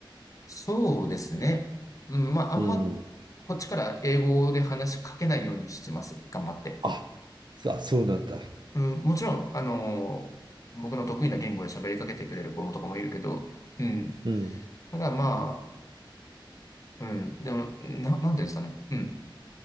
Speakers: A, on the left; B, on the right.
A: そうですね。うん、まあ、
B: うん。
A: あんま、こっちから英語で話しかけないようにしてます。頑張って。
B: あ、そあそうなんだ。
A: うん、もちろん、あのー僕の得意な言語で喋りかけてくれる子もとかもいるけど、うん。
B: うん。
A: ただまあ、うん、でも、な、なんていうんですかね。うん。